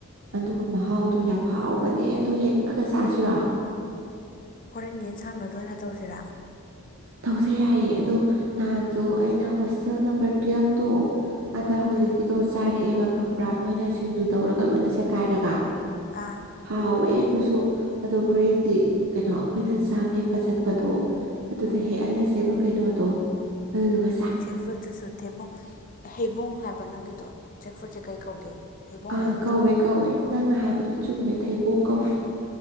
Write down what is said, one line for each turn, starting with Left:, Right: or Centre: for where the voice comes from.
Right: ꯑꯗꯨꯒꯥ ꯃꯍꯥꯎ ꯇꯨ ꯌꯥꯝ ꯍꯥꯎꯕꯅꯦ ꯑꯗꯨ ꯍꯦꯛꯑꯒꯥ ꯆꯥꯁꯤꯔꯣ
Left: ꯍꯣꯔꯦꯟ ꯌꯦꯟꯁꯥꯡ ꯑꯗꯨ ꯑꯣꯏꯅ ꯇꯧꯁꯤꯔꯥ
Right: ꯇꯧꯖꯦ ꯌꯥꯏꯌꯦ ꯑꯗꯣ ꯅꯍꯥꯟꯁꯨ ꯑꯩꯅ ꯍꯣꯁꯇꯦꯜ ꯅꯝꯕꯔ ꯇꯨꯋꯦꯜꯐꯇꯣ ꯑꯗꯥ ꯍꯧꯖꯤꯛꯀꯤꯗꯣ
Left: ꯎꯝ
Right: ꯆꯥꯔꯛꯑꯦꯕ ꯈꯪꯕ꯭ꯔꯥ ꯃꯣꯏꯅ ꯁꯤꯡꯖꯨ ꯇꯧꯔꯒꯥ ꯂꯣꯏꯅ ꯁꯦꯀꯥꯏꯔꯒꯥ
Left: ꯑꯥ
Right: ꯍꯥꯎꯋꯦ ꯑꯗꯨꯁꯨ ꯑꯗꯣ ꯍꯣꯔꯦꯟꯗꯤ ꯀꯩꯅꯣ ꯑꯈꯣꯏꯅ ꯖꯥꯝ ꯍꯦꯛꯄ ꯆꯠꯄꯗꯣ ꯑꯗꯨꯗꯥ
Left: ꯎꯝ
Right: ꯍꯦꯛꯍꯜꯂꯁꯦꯕ ꯀꯩꯅꯣꯗꯣ ꯑꯗꯨꯗꯨꯒꯥ
Left: ꯆꯦꯛ ꯐ꯭ꯔꯨꯗꯠꯇꯨꯁꯨ ꯊꯦꯕꯨꯡ ꯍꯩꯕꯣꯡ ꯍꯥꯏꯕ ꯅꯪꯒꯤꯗꯣ ꯆꯦꯛ ꯐ꯭ꯔꯨꯠꯁꯦ ꯀꯩ ꯀꯧꯒꯦ ꯍꯩꯕꯣꯡ
Right: ꯑꯥ
Left: ꯍꯥꯏ ꯅꯠꯇ꯭ꯔꯣ
Right: ꯀꯧꯋꯦ ꯀꯧꯋꯦ ꯅꯪꯅ ꯍꯥꯏꯕꯗꯨ ꯆꯨꯝꯃꯦ ꯊꯩꯕꯣꯡ ꯀꯧꯋꯦ